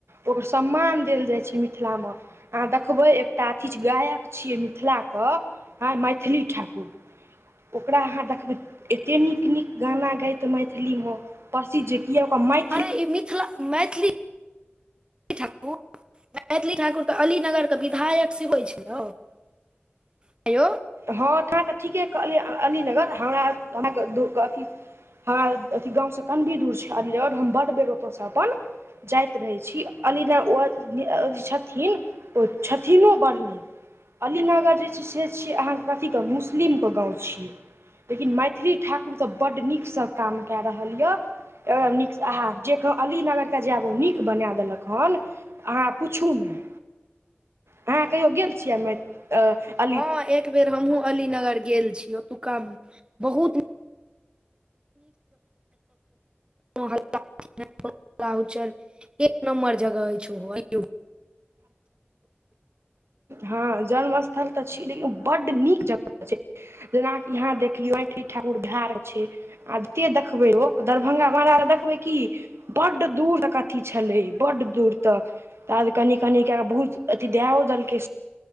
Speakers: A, on the right (about 80°); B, on the right (about 25°).
A: ओकर सम्मान देल जाइ छै मिथिलामे अहाँ देखबै एकटा अथी गायक छियै मिथिला के आय मैथिली ठाकुर ओकरा अहाँ देखबै एतेक नीक-नीक गाना गैत मैथिलीमें प्रसिद्ध। ई ओकर माइ
B: अरे ई मिथिला मैथिली ठाकुर मैथिली ठाकुर के अली नगर के विधायक से होइ छैलो आ य
A: हँ ठाम तऽ ठीके कहलीयै अलीनगर हमरा हमरा अथी हमरा अथी गाँव सँ कनि दूर छै अै ओर हम बड बेर ओतय स अपन जाइत रहै छी अली न ओ जे छथिन ओ छथिनो बड़ नीक अलीनगर जे छै छियै से अहाँके कथी क मुस्लिमके गाव छियै लेकिन मैथिली ठाकुर त बड नीकसँ काम कए रहल य एकदम नीक स आहा जे कह अलीनगर के जायब ओ नीक बना देलक हन अहाँ पुछू नहि अहाँ कहियो गेल छियै मे अ
B: हँ एक बेर हमहुँ अली नगर गेल छीऔ ओतुका में बहुत हल्का र एक नम्बर जगह है छौ
A: हँ जन्मस्थल तऽ छी लेकिन बड्ड नीक जगह छै जेनाकि एतय देखियौ, सब किछ ठीक-ठाक भऽ रहल छै। आत देखबै ओ दरभंगा <unintelligible> देखबै की बड दूर तक अथी छलै बड् दूर तक तऽ आज कनि कनि कए कऽ बहुत अथी दओ देलकै